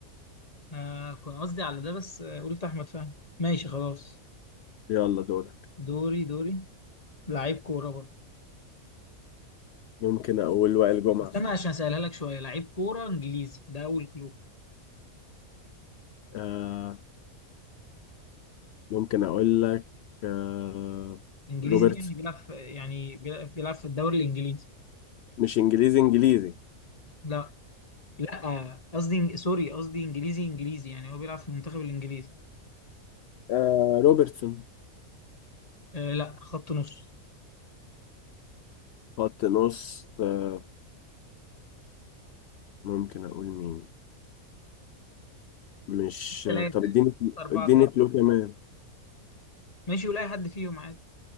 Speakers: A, on the left; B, on the left.
A: انا كنت قصدي على ده بس آه، قلت احمد فهمي ماشي خلاص
B: يلا دورك
A: دوري دوري لعيب كوره برضه
B: ممكن أقول وائل جمعة
A: استنى عشان اسالها لك شويه لعيب كوره انجليزي ده اول كلو
B: آه ممكن أقول لك آه
A: انجليزي
B: روبرت
A: دي يعني بيلعب في يعني بيلعب بيلعب في الدوري الانجليزي
B: مش إنجليزي إنجليزي
A: لا لا آه، قصدي إنج- سوري قصدي انجليزي انجليزي يعني هو بيلعب في المنتخب الانجليزي
B: آه روبرتسون
A: آه لا خط نص
B: خط نص آه ممكن أقول مين مش
A: ثلاثة
B: طب اديني
A: أربعة
B: اديني
A: كده
B: كلو كمان
A: ماشي ولا أي حد فيهم عادي